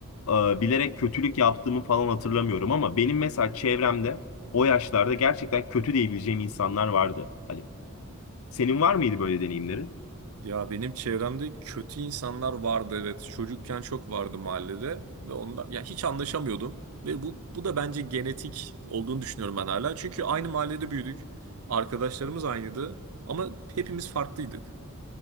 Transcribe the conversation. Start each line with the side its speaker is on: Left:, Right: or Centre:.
Left: e, bilerek kötülük yaptığımı falan hatırlamıyorum ama benim mesela çevremde o yaşlarda gerçekten kötü diyebileceğim insanlar vardı. Hani senin var mıydı böyle deneyimlerin?
Right: Ya benim çevremde kötü insanlar vardı evet. Çocukken çok vardı mahallede ve onda ya hiç anlaşamıyordum ve bu bu da bence genetik olduğunu düşünüyorum ben hala. Çünkü aynı mahallede büyüdük. Arkadaşlarımız aynıydı ama hepimiz farklıydık.